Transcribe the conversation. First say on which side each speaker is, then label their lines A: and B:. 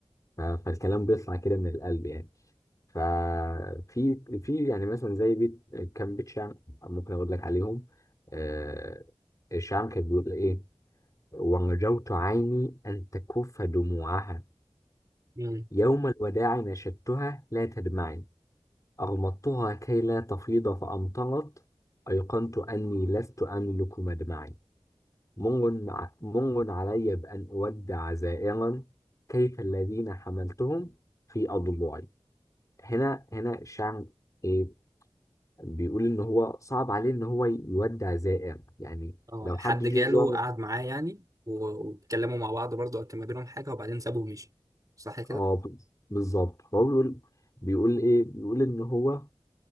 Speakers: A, on the left; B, on the right.
A: ف- فالكلام بيطلع كده من القلب يعني ففي في يعني مثلا زي بيت كام بيت شعر ممكن اقول لك عليهم آه الشعر كان بيقول ايه ورجوت عيني ان تكف دموعها
B: امم
A: يوم الوداع نشدتها لا تدمعي اغمضتها كي لا تفيض فامطرت ايقنت اني لست املك مدمعي منغ ع- منغ علي بأن أودع زائرا كيف الذين حملتهم في أضلوعي هنا هنا الشاعر إيه بيقول إن هو صعب عليه إن هو يودع زائر يعني
B: اه
A: لو حد
B: حد
A: جه
B: جاله
A: زار
B: قعد معاه يعني و- واتكلموا مع بعض برضه أو كان ما بينهم حاجه وبعدين سابه ومشي صح
A: اه بالظبط هو بيقول بيقول إيه بيقول إن هو